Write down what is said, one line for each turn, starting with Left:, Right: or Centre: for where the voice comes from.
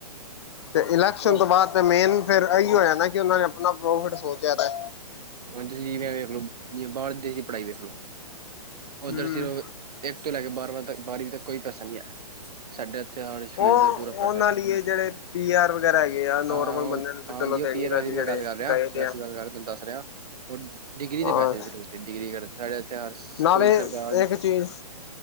Left: ਤੇ ਇਲੈਕਸ਼ਨ
Right: ਹਨਾ
Left: ਤੋਂ ਬਾਅਦ ਤੇ ਮੇਨ ਫੇਰ
Right: ਜੀ
Left: ਇਹੀ ਹੋਇਆ ਨਾ। ਕਿ ਉਹਨਾਂ ਨੇ ਆਪਣਾ ਪ੍ਰੋਫਿਟ ਸੋਚਿਆ ਦਾ।
Right: ਹਾਂਜੀ ਤੁਸੀਂ ਜਿਵੇਂ ਵੇਖ ਲੋ ਬਾਹਰ ਦੇਸ਼ ਦੀ ਪੜ੍ਹਾਈ ਵੇਖਲੋ। ਉੱਧਰ
Left: ਹੂੰ
Right: ਸਿਰਫ ਇੱਕ ਤੋਂ ਲੈ ਕੇ ਬਾਰਵਾ ਤੱਕ ਬਾਰਵੀਂ ਤੱਕ ਕੋਈ ਪੈਸਾ ਨਹੀਂ ਲਾਇਆ। ਸਾਡੇ ਇੱਥੇ ਹਰ ਫੀਸ
Left: ਉਹ
Right: ਦਾ ਪੂਰਾ
Left: ਉਹਨਾਂ
Right: ਪਤਾ।
Left: ਲਈ ਜਿਹੜੇ। ਪੀ ਆਰ ਵਗੈਰਾ ਹੈਗੇ ਆ ਨੋਰਮਲ
Right: ਹਾਂ
Left: ਬੰਦੇ ਨੂੰ
Right: ਹਾਂਜੀ
Left: ਚਲੋ ਦੇਣੀ
Right: ਉਹ ਪੀ ਏ
Left: ਪੈਂਦੀ
Right: ਰਾਹੀਂ ਮੈਂ
Left: ਜਿਹੜੇ
Right: ਗੱਲ ਕਰ ਰਿਹਾ
Left: ਗਏ ਦੇ
Right: ਵੈਸੇ
Left: ਆ।
Right: ਗੱਲ ਕਰ ਰਿਹਾ ਤੈਨੂੰ ਦੱਸ ਰਿਹਾ। ਉਹ ਡਿਗਰੀ
Left: ਹਾਂ
Right: ਦੇ ਪੈਸੇ ਸਿਰਫ ਡਿਗਰੀ ਦੇ ਪੈਸੇ ਸਾਡੇ ਇਥੇ ਹਰ
Left: ਨਾਲੇ
Right: ਕੋਈ ਸਰਕਾਰ।
Left: ਇੱਕ ਚੀਜ਼।